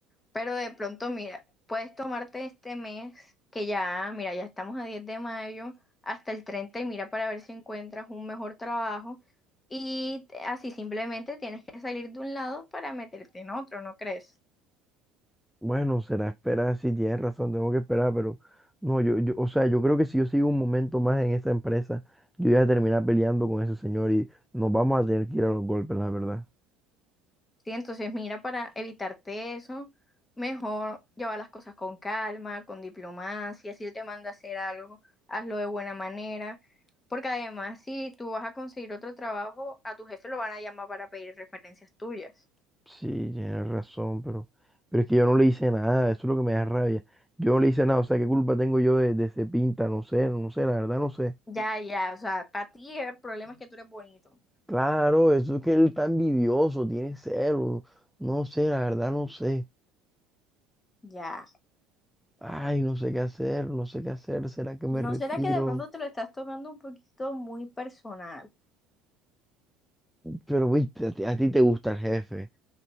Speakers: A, on the left; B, in the centre.
A: Pero de pronto, mira, puedes tomarte este mes, que ya, mira, ya estamos a 10 de mayo, hasta el treinta y mira para ver si encuentras un mejor trabajo. Y te- así simplemente tienes que salir de un lado para meterte en otro, ¿no crees?
B: Bueno, será esperar, si tienes razón, tengo que esperar, pero no, yo, yo, o sea, yo creo que si yo sigo un momento más en esa empresa, yo voy a terminar peleando con ese señor y nos vamos a tener que ir a los golpes, la verdad.
A: Sí, entonces mira, para evitarte eso, mejor llevar las cosas con calma, con diplomacia, si él te manda a hacer algo, hazlo de buena manera. Porque además, si tú vas a conseguir otro trabajo, a tu jefe lo van a llamar para pedir referencias tuyas.
B: Sí, tienes razón, pero, pero es que yo no le hice nada, eso es lo que me da rabia. Yo no le hice nada, o sea, ¿qué culpa tengo yo de, de ese pinta? No sé, no sé, la verdad no sé.
A: Ya, ya, o sea, para ti el problema es que tú eres bonito.
B: Claro, eso es que él está envidioso, tiene celos, no sé, la verdad no sé.
A: Ya.
B: Ay, no sé qué hacer, no sé qué hacer, ¿será que me
A: ¿No
B: retiro?
A: será que de pronto te lo estás tomando un poquito muy personal?
B: Pero, viste a ti, a ti te gusta el jefe.